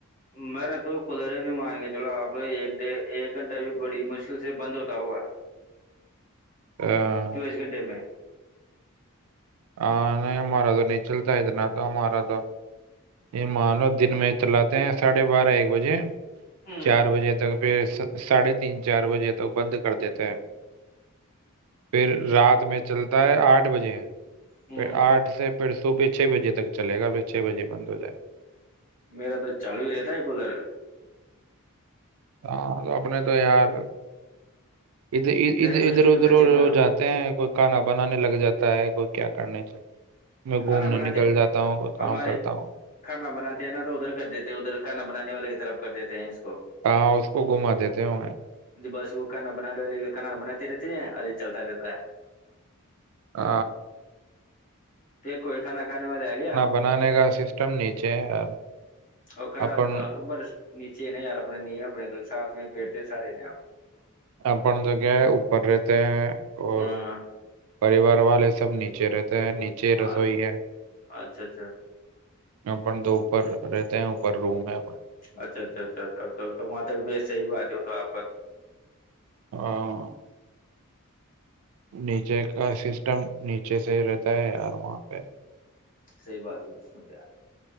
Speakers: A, on the left; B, on the right.
A: میرا تو کولر ہی نہیں مان گیا چلو آپ ایک ڈ ایک گھنٹہ بھی بڑی مشکل سے بند ہوتا ہوگا
B: ہاں
A: چوبیس گھنٹے میں
B: ہاں نہیں ہمارا تو نیچلتا ہے تو نہ تو ہمارا تو یہ مانو دن میں چلاتے ہیں ساڑھے بارہ ایک بجے
A: ہ
B: چار بجے تک پھر ساڑھے تین چار بجے تک بند کر دیتے ہیں پھر رات میں چلتا ہے آٹھ بجے
A: ہ
B: پھر آٹھ سے پھر صبح چھ بجے تک چلےا پھر چھ بجے بند ہو جائے
A: میرا تو چالو ہی رہتا ہے کلر
B: ہاں تو اپنے تو یار اھرھر
A: یارے چھوٹے
B: ادھر
A: چھوٹے
B: ادھر
A: بچے
B: اھر
A: نا
B: جاتے ہیں کوئی کھانا بنانے لگ جاتا ہے کوئی کیا کرنے میں گھومنے
A: کھانا بناتے
B: نکل جاتا ہوں کوئی کام
A: ہمارے
B: کرتا ہوں
A: کھانا بناتے ہیں نا تو ادھر کر دیتے ادھر کھانا بنانے والے کی طرف کر دیتے ہیں اس کو
B: کہاں اس کو گھما دیتے ہ
A: بس وہ کھانا بنا لو ل کھانا بناتی رہتی ہے اور یہ چلتا رہتا ہے
B: آ
A: پھر کوئی کھانا کھانے والے آ گیا
B: بنانے کا سسٹم نیچے ہے یار
A: اور کھانا
B: اپن
A: ار نیچے نہیں یار اپنے نہیں اپنے تو ساتھ میں پٹ تے سارے ہیں آپ
B: آ جگہ ہے اپر رہتے اور
A: ہاں
B: پریوار والے سب نیچے رہتے سے نیچے
A: ہاں
B: رسوئی ہے
A: اچھا اچھا
B: ن تو اوپر رہتے ہیں اوپر روم ہے
A: اچھا اچھا اچھا اچھا تو وہاں تک صحیح بات ہے وہ تو آپ کا
B: ہاں نیچے کا سسٹم نیچے سے ہی رہتا ہے یار وہاں پہ
A: سحی بات ہے ب